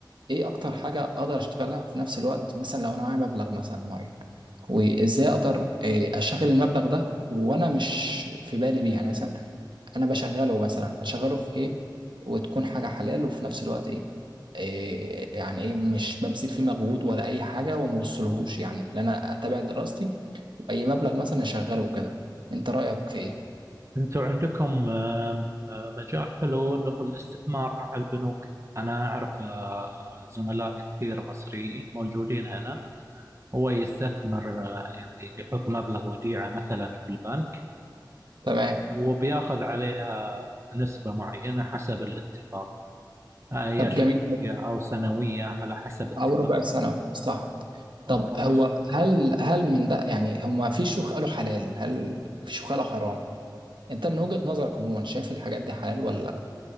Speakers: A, on the right; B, on the right.
A: ايه اكتر حاجه اقدر اشتغلها وفي نفس الوقت مثلا لو انا معايا مبلغ مثلا معين وازاي اقدر آه، اشغل المبلغ ده وانا مش في بالي بيه يعني مثلا انا بشغله مثلا اشغله في ايه وتكون حاجه حلال وفي نفس الوقت ايه آه، يعني ايه مش ببذل فيه مجهود ولا اي حاجه وما بوصلهوش يعني لا انا اتابع دراستي واي مبلغ مثلا اشغله كده انت رايك في ايه
B: انتوا عندكم آه، آه، مجال حلو اللي هو الاستثمار مع البنوك انا اعرف آه، زملاء كثير مصريين موجودين هنا هو يستثمر آه، يعني بيحط مبلغ وديعة مثلا في البنك
A: تمام
B: وبياخذ عليها نسبة معينة حسب الاتفاق هي
A: طب
B: شهرية
A: جميل
B: أو سنوية على حسب اتفاقك
A: او ربع ثانوي صح
B: أو
A: طب
B: ربع
A: هو
B: سنة
A: هل هل من ده يعني هما في شيوخ قالوا حلال هل وفي شيوخ قالوا حرام انت من وجهة نظرك عموما شايف الحاجات دي حلال ولا لا